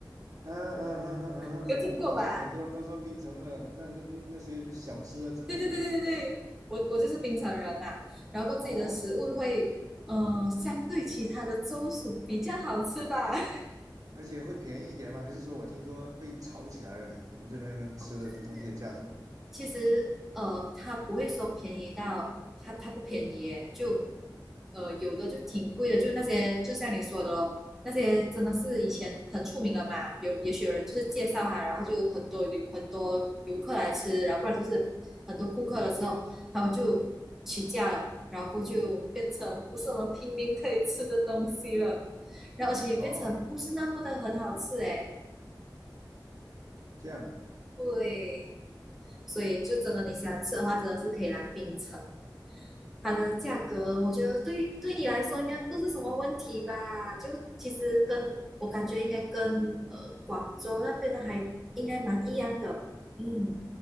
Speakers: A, on the right; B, in the centre.
A: 嗯嗯哼嗯哼嗯哼嗯哼，
B: 有听过吧？
A: 我听很多人都说槟城的那那那那些小吃啊之类的，
B: 对对对对对对，我我就是槟城人嘛，然后自己的食物会，
A: 哦，
B: 呃，相对其他的州属比较好吃吧。<laughs>
A: 而且会便宜一点吗？还是说我听说被炒起来了？你们这边的吃的东西的价格？
B: 哦，对对对，其实呃，它不会说便宜到它它不便宜耶，就呃有的就挺贵的，就那些就像你说的咯，那些真的是以前很出名的嘛，有也许有人就是介绍它，然后它就很多旅很多游客来吃，然后不然就是很多顾客了之后，他们就起价了，然后就变成不是我们平民可以吃的东西了，然后而且也变成不是那么的很好吃诶，
A: 哦，这样啊。
B: 对。所以就真的你喜欢吃的话，真的是可以来槟城。它的价格，我觉得对对你来说应该不是什么问题吧？就其实跟我感觉应该跟呃广州那边的还应该蛮一样的，嗯，